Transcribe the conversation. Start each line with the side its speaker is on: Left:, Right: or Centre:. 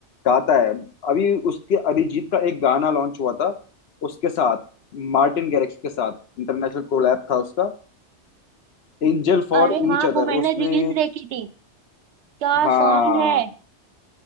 Left: गाता है अभी उसके अरिजीत का एक गाना लॉन्च हुआ था उसके साथ मार्टिन गैरिक्स के साथ इंटरनेशनल कोलैब था उसका एंजल फॉर
Right: अरे हाँ
Left: ईच अदर
Right: वो मैंने
Left: उसने
Right: रील्स देखी थी क्या
Left: हाँ
Right: सॉन्ग है